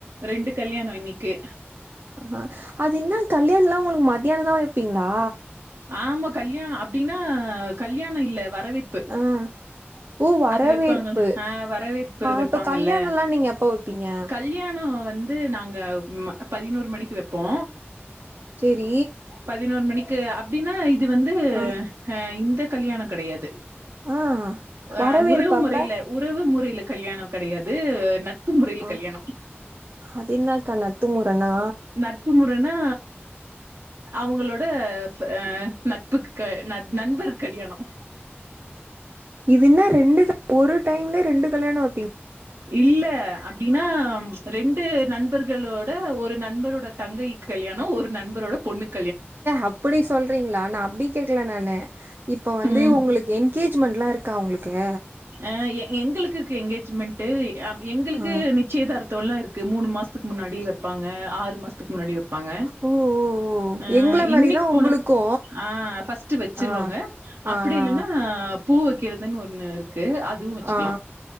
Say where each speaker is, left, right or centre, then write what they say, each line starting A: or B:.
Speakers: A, on the right; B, on the right.
A: ரெண்டு கல்யாணம் இன்னிக்கே
B: அ அது இன்ன கல்யாண்ல்லா உங்ளுக் மத்தியானம் தா வெப்பீங்ளா
A: ஆமா கல்யாணோ அப்டின்னா கல்யாணோ இல்ல வரவேப்
B: ஆ ஓ வரவேற்பு
A: வெப்பாங்கள்ல. ஆ வரவேற்பு வெப்பாங்கள்ல.
B: இப்ப கல்யாணம்ல்லா நீங்க எப்ப வெப்பீங்க
A: கல்யாணம் வந்து நாங்க பதினொரு மணிக்கு வெப்போ
B: சேரி
A: பதினொன் மணிக்கு அப்டின்னா இது வந்து
B: ஆ
A: அ இந்த கல்யாணம் கெடையாது
B: ஆ
A: அ
B: வரவேற்பு
A: உறவு
B: அப்ப
A: முறையில உறவு முறையில கல்யாணம் கடையாது நட்பு முறையில
B: ஆ
A: கல்யாணம்
B: அது இன்னாக்கா நட்பு முறனா
A: நட்பு முறன்னா அவங்களோட அ நட்புக்கு க நண் நண்பர்க்கு கல்யாணம்
B: இதென்ன ரெண்டு ஒரு டைம்ல ரெண்டு கல்யாணம்
A: இல்ல அப்டின்னா ரெண்டு நண்பர்களோட ஒரு நண்பரோட தங்கைக் கல்யாணம் ஒரு நண்பரோட பொண்ணுக்
B: அப்படி சொல்றீங்ளா நா அப்டி கேக்கல நானு இப்ப வந்து
A: ம்.
B: உங்ளுக் என்கேஜ்மெண்ட்லா இருக்கா உங்ளுக்கு
A: ஆ எங்குளுக்கு இருக்கு என்கேஜ்மெண்ட்டு அ எங்குளுக்கு
B: ஆ
A: நிச் நிச்சயதார்த்தோலா இருக்கு மூணு மாஸ்த்துக்கு முன்னாடி வெப்பாங்க ஆறு மாஸ்த்துக்கு முன்னாடி வெப்பாங்க
B: ஓ ஓ ஓ
A: ம்
B: எங்கள
A: இன்னிக்
B: மாரிதா உங்களுக்கு
A: போன ஆ ஃபர்ஸ்ட்டு வெச்சிருவாங்க
B: ஆ
A: அப்படி
B: ஆ
A: இல்லன்னா
B: ஆ
A: பூ வெக்கிறதுன் ஒண்ணு இருக்கு அதுவும் வெச்சுக்லா
B: ஆ